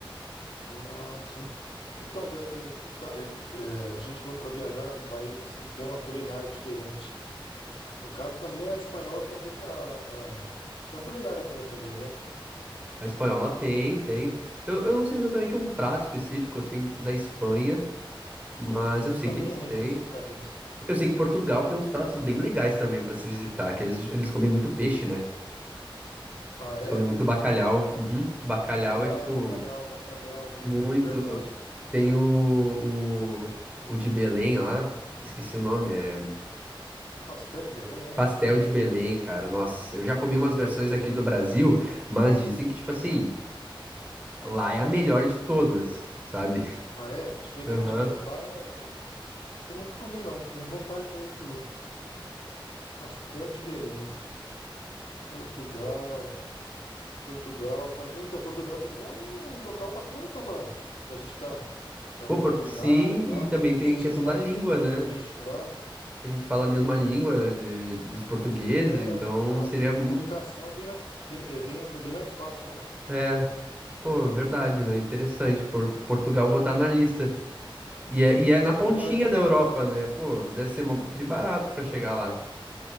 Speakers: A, on the left; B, on the right.
A: Ah, sim. Então, daí, eh, Ita- eh, eh, a gente falou para viajar em países assim que tem uma culinária diferente. No caso, também a espanhola também tem a, a- tem uma culinária boa também, né?
B: A espanhola tem, tem. Eu, eu não sei exatamente um prato específico, assim, da Espanha, mas eu
A: Eu
B: sei
A: também
B: que eles
A: não lembro
B: têm.
A: assim de cabeça.
B: Eu sei que Portugal tem uns pratos bem legais também pra se visitar, que eles, eles comem muito peixe, né?
A: Ah,
B: Eles
A: é?
B: comem muito bacalhau. Uhum. Bacalhau
A: Ah,
B: é tipo
A: bacalhau, bacalhau mesmo,
B: muito.
A: é verdade.
B: Tem o, o, o de Belém lá, esqueci o nome, é
A: Pastel de Belém, né?
B: pastel de Belém, cara. Nossa, eu já comi
A: Pastel
B: umas versões
A: de Belém.
B: aqui do Brasil, mas dizem que tipo assim, lá é a melhor de todas, sabe?
A: Ah, é? Diferente
B: Aham.
A: mesmo. Lá eu eu nunca comi, não. Tenho vontade também de comer. Pastel de Belém, Portugal. Portugal também. Então, Portugal também é um local bacana, então, pra, pra gente tá, tá
B: Pô,
A: vendo
B: por-
A: a culinária
B: Sim,
A: e tal.
B: e também tem
A: Não sei
B: questão
A: se tem bastante
B: da língua,
A: ponto
B: né?
A: turístico lá.
B: A gente fala a mesma língua de- dos portugueses,
A: É,
B: então
A: a,
B: seria
A: a co- a comunicação é bem, mais- bem, é bem, é bem mais fácil, né?
B: É, pô, é verdade, né? Interessante. Por, Portugal botar na lista. E é, e é
A: Pô,
B: na pontinha
A: Verdade mesmo.
B: da Europa, né? Pô, deve ser mó- tri barato pra chegar lá.